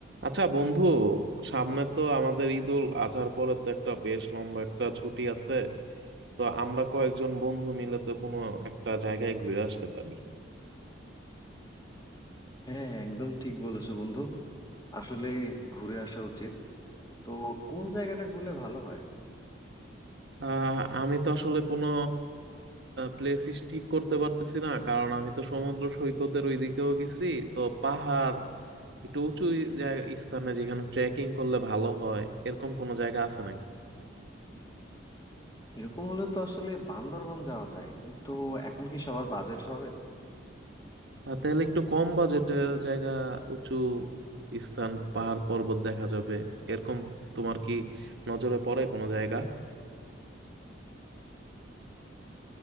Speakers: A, on the right; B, on the left.
A: আচ্ছা বন্ধু সামনে তো আমাদের ঈদুল আজহার পরে তো একটা বেশ লম্বা একটা ছুটি আছে তো আমরা কয়েকজন বন্ধু মিলে তো কোনো একটা জায়গায় ঘুরে আসতে পারি
B: হ্যাঁ একদম ঠিক বলেছো বন্ধু আসলে ঘুরে আসা উচিত তো কোন জায়গাটা ঘুরলে ভালো হয়
A: আহ আমি তো আসলে কোনো প্লেসিস ঠিক করতে পারতেছি না কারণ আমি তো সমুদ্র সৈকতের ওইদিকেও গেছি তো পাহাড় একটু উঁচু জায়গা স্থানে যেখানে ট্রেকিং করলে ভালো হয় এরকম কোনো জায়গা আছে নাকি
B: এরকম হলে তো আসলে বান্দরবান যাওয়া যায় কিন্তু এখন কি সবার বাজেট হবে
A: আর তাহলে একটু কম বাজেটের জায়গা উঁচু স্থান পাহাড় পর্বত দেখা যাবে এরকম তোমার কি নজরে পড়ে কোনো জায়গা